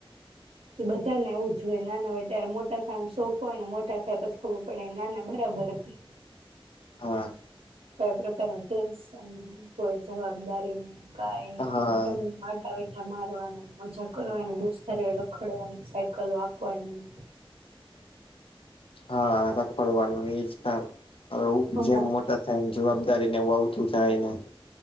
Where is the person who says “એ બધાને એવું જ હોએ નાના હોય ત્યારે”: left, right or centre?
Right